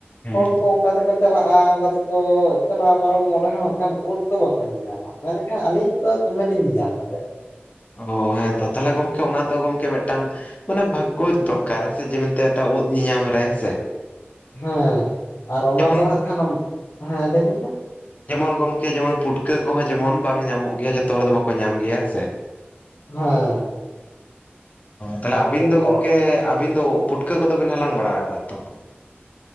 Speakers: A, on the left; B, on the left.
A: ᱦᱮᱸ
B: ᱦᱚᱲ ᱠᱚ ᱚᱱᱠᱟ ᱫᱚ ᱠᱚ ᱪᱟᱞᱟᱜᱼᱟ ᱚᱱᱠᱟ ᱛᱮᱠᱚ ᱪᱟᱞᱟᱣ ᱯᱟᱨᱚᱢᱚᱜ ᱨᱮᱦᱚᱸ ᱮᱱᱠᱷᱟᱱ ᱩᱫ ᱫᱚ ᱵᱟᱠᱚ ᱧᱮᱧᱟᱢᱟ᱾ ᱢᱮᱱᱠᱷᱟᱱ ᱟᱹᱞᱤᱧ ᱫᱚ ᱫᱚᱢᱮ ᱞᱤᱧ ᱧᱮᱞ ᱧᱟᱢ ᱫᱟᱲᱮᱭᱟᱜ ᱾
A: ᱚ ᱦᱮᱸ ᱛᱚ ᱛᱟᱦᱞᱮ ᱜᱚᱝᱠᱮ ᱚᱱᱟ ᱫᱚ ᱜᱚᱝᱠᱮ ᱢᱤᱫᱴᱟᱝ ᱢᱟᱱᱮ ᱵᱷᱟᱜᱜᱚ ᱫᱚᱨᱠᱟᱨ ᱦᱮᱸ ᱥᱮ ᱡᱮ ᱢᱮᱱᱛᱮᱫ ᱢᱮᱫᱴᱟᱝ ᱩᱫ ᱧᱮᱧᱟᱢ ᱨᱮ ᱦᱮᱸ ᱥᱮ ᱾
B: ᱦᱮᱸ ᱟᱨ ᱚᱱᱟ
A: ᱡᱮᱢᱚᱱ
B: ᱫᱚ ᱦᱟᱸᱜ ᱠᱷᱟᱱᱚᱢ ᱦᱮᱸ ᱞᱟᱹᱭᱵᱤᱱ ᱢᱟ?
A: ᱡᱮᱢᱚᱱ ᱜᱚᱝᱠᱮ ᱡᱮᱢᱚᱱ ᱯᱩᱴᱠᱟᱹ ᱠᱚᱦᱚᱸ ᱡᱮᱢᱚᱱ ᱵᱟᱝ ᱧᱟᱢᱚᱜ ᱜᱮᱭᱟ ᱡᱚᱛᱚ ᱦᱚᱲ ᱫᱚ ᱵᱟᱠᱚ ᱧᱟᱢ ᱜᱮᱭᱟ ᱦᱮᱸ ᱥᱮ ᱾
B: ᱦᱮᱸ
A: ᱛᱟᱦᱞᱮ
B: ᱯᱩᱴᱠᱟᱹ
A: ᱟᱹᱵᱤᱱ ᱫᱚ
B: ᱠᱚ
A: ᱜᱚᱝᱠᱮ ᱟᱵᱤᱱ ᱫᱚ ᱯᱩᱴᱠᱟᱹ ᱠᱚᱫᱚᱵᱤᱱ ᱦᱟᱞᱟᱝ ᱵᱟᱲᱟ ᱟᱠᱟᱫᱟ ᱛᱚ ᱾